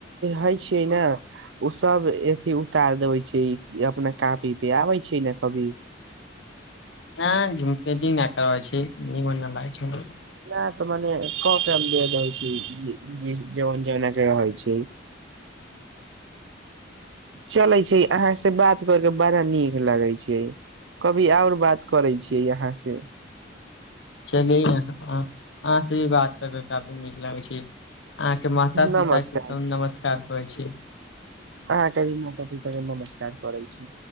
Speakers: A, on the right (about 75°); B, on the left (about 75°).
A: हइ छै ने ओ सब अथी उतार देबे छै अपना कपी पे आबै छै ने कभी।
B: हँ झुमपेटी ना करबै छी। निमन ना लागै छै।
A: नहि तऽ मने क हम दे देइ छी जोन-जोना क रहइ छै। चलै छै अहाँ से बात कर के बड़ा नीक लगै छै। कभी आओर बात करै छियै अहाँ से।
B: चलि आहाँ से भी बात करके काफी नीक लागै छै। अहाँके माता
A: नमस्कार
B: पिता के नमस्कार होइ छैय।
A: अहाँ की क त नमस्कार करै छी।